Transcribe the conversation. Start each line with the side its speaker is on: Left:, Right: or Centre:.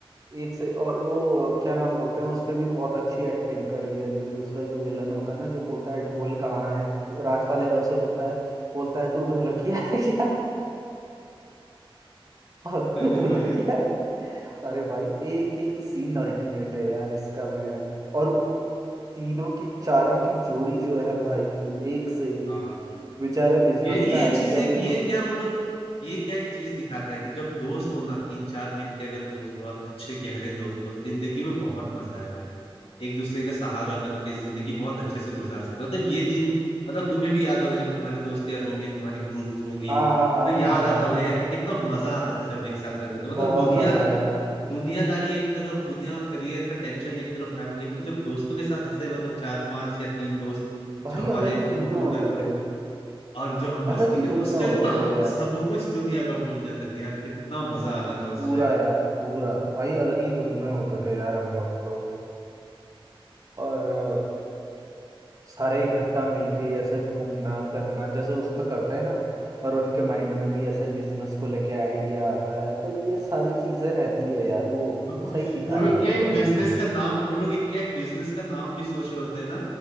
Right: एक से और वो क्या नाम बोलते हैं उसने भी बहुत अच्छी एक्टिंग करी है जो दूसरा जो विलन होता है ना जो बोलता है ढोल कहाँ है राजपाल यादव से बोलता है बोलता है तू ढोलकिया है क्या <laughs> और
Left: अरे
Right: तू ढोलकिया
Left: भाई
Right: है अरे भाई एक एक सीन अल्टीमेट है यार इसका मैं और तीनों की चारों की जोड़ी जो है भाई एक से एक
Left: हाँ
Right: बेचारे बिजनेस
Left: ये ये
Right: का आइडिया
Left: चीज एक
Right: भी
Left: ये क्या बोलो तो ये क्या एक चीज दिखाता है कि जब दोस्त हो ना तीन चार मिलके अगर दोस्त हो और अच्छे गहरे दोस्त हो जिंदगी में बहुत मजा है भाई एक दूसरे का सहारा बन के जिंदगी बहुत अच्छे से गुजार सकते हो मतलब ये दिन मतलब तुम्हें भी याद होगा जब तुम्हारे दोस्त यार होंगे तुम्हारी ग्रुप्स होंगी
Right: हाँ हाँ हाँ
Left: तो याद
Right: हाँ हाँ
Left: आता
Right: हाँ
Left: होगा यार कि कितना मजा आता था जब एक साथ रहते थे मतलब
Right: बहुत
Left: दुनिया
Right: ज्यादा यार
Left: दुनियादारी एक तरफ दुनिया करियर का टेंशन एक तरफ फैमिली लेकिन जब दोस्तों के साथ ऐसे मतलब चार पांच या तीन दोस्त
Right: भाई
Left: जो हमारा
Right: अलग
Left: एक
Right: ही धुन
Left: ग्रुप
Right: में
Left: होता
Right: होते
Left: था
Right: थे
Left: और जो हम मस्ती
Right: अलग ही
Left: करते
Right: धुन
Left: उस
Right: में
Left: टाइम
Right: होते
Left: तो
Right: थे यार
Left: सब कुछ दुनिया का भूल जाते थे यार कितना मजा आता था उस
Right: पूरा
Left: टाइम
Right: यार पूरा भाई अलग ही धुन में होते थे यार हम लोग तो और अ, सारे इकट्ठा मिलके ऐसे घूमना फिरना जैसे उसमें करते हैं ना और उनके माइंड में भी ऐसे बिजनेस को लेके आइडिया आता है तो ये सारी चीजें रहती है यार वो
Left: वो
Right: सही दिखाया
Left: लोग
Right: है
Left: क्या
Right: पूरा
Left: एक बिजनेस
Right: मूवी में
Left: का नाम वो लोग एक क्या एक बिजनेस का नाम भी सोच रहे होते हैं ना